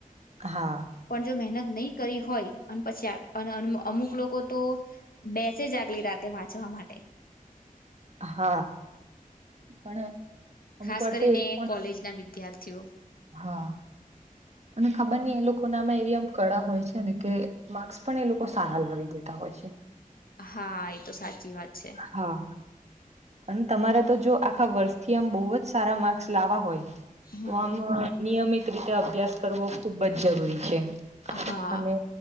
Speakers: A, on the right; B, on the left.
A: હા
B: પણ જો મહેનત નહી કરી હોય અને પછી આ અમુક ક લોકો તો બેસે જ આગલી રાતે વાંચવા માટે.
A: હા પણ અમુક
B: ખાસ
A: વાર
B: કરીને
A: તો એ લોકો
B: કોલેજ ના વિદ્યાર્થીઓ.
A: હા અને ખબર ન એ લોક નામાં એરિયામ કળા હોય છે ને કે માર્ક્સ પણ એ લોકો સારા લાવી દેતા હોય છે.
B: હા એ તો સાચી વાત છે.
A: હા અને તમારે તો જો આખા વર્ષથી આમ બવ જ સારા માર્ક્સ લાવવા હોય
B: હમ
A: તો આમાં નિયમિત રીતે અભ્યાસ કરવો ખુબ જ જરૂરી છે.
B: હા
A: અને